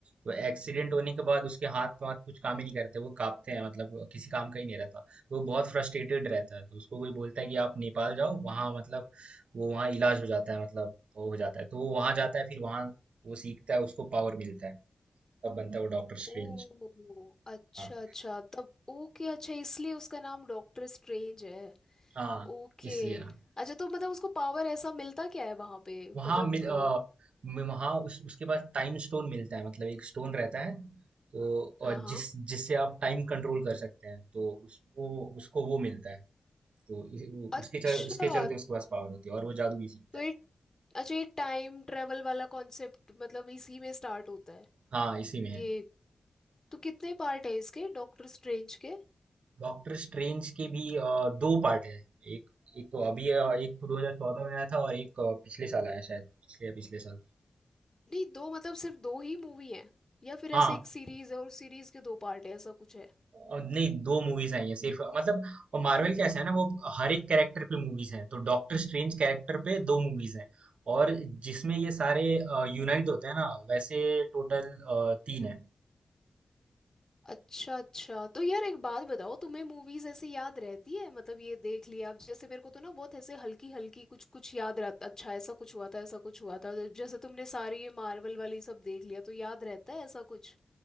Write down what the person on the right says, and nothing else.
तो एक्सीडेंट होने के बाद उसके हाथ वाथ कुछ काम ही नहीं करते वो कांपते हैं मतलब किसी काम का ही नहीं रहता तो वो बहुत फ्रस्ट्रेटेड रहता है तो उसको कोई बोलता है कि आप नेपाल जाओ वहाँ मतलब वो वहाँ इलाज हो जाता है मतलब वो हो जाता है तो वो वहाँ जाता है फिर वहाँ वो सीखता है उसको पावर मिलता है तब बनता है वो डॉक्टर
स्ट्रेंज
हाँ
हाँ
इसलिए ना
वहाँ मिल
अ, म- वहाँ उस, उसके बाद टाइम स्टोन मिलता है मतलब एक स्टोन रहता है तो
और
जिस जिससे आप टाइम कंट्रोल कर सकते हैं तो उस, वो उसको वो मिलता है तो इ- उ-
उसके चल, उसके चलते उसके पास पावर होती है और वो जादू भी सीखता
है
हाँ इसी में है
डॉक्टर स्ट्रेंज के भी अ, दो पार्ट है एक एक तो अभी है और एक तो 2014 में आया था और एक अ, पिछले साल आया शायद पिछले या पिछले साल
हाँ
और नहीं दो मूवीज आई हैं सिर्फ मतलब और मार्वल कैसा है ना वो हर एक कैरेक्टर पे मूवीज हैं तो डॉक्टर स्ट्रेंज कैरेक्टर पे दो मूवीज हैं और जिसमें ये सारे यूनाइट होते हैं ना वैसे टोटल तीन है